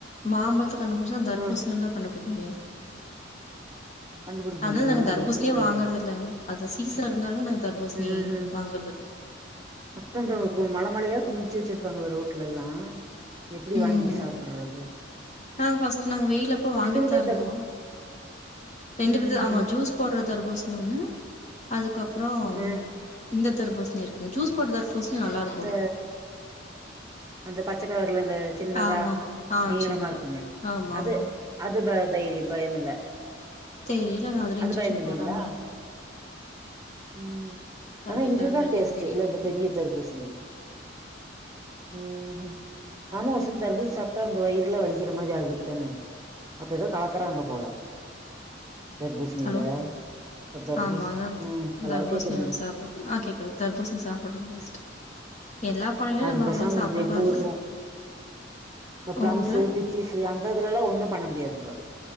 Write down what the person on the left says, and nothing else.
மாம்பழத்த கண்டுபிடிச்சா தர்பூசணி
எல்லா கண்டுபிடி
அத நாங்க
தர்பூசனியே
வாங்குறது இல்லங்க அது சீசன் இருந்தாலுமே நாங்க தர்பூசணி
வாங்கறது இல்ல
ம்
நாங்க பஸ்ட் நாங்க வெயிலப்ப வாங்கிதயிருந்தோ
ரெண்டு
விது ஆமா
ஜூஸ் போடுற தர்பூசணி ஒன்னு அதுக்கப்றோ
இந்த தர்பூசணி இருக்கு ஜூஸ் போடுற தர்பூ சனி நல்லா இருக்கு
ஆமாமா ஆ
சின்னதா
ஆமாமா
தெரியலங்க அதுல
இன்ஜெக்ஷன்
போடுறாங்களானு
கேக்குறாங்களா
இல்லையான்னு
தெரில
ஹலோ
ஆமா அதான்
தர்பூசணி
வந்து சாப்டா ஆ கேக்குது தர்பூசணி சாப்புற்றது வேஸ்ட் எல்லா பழங்களையு
நம்ம
அவ்ளோ சாப்டவே
கூடாதுக்கா
உங்க ஊர்ல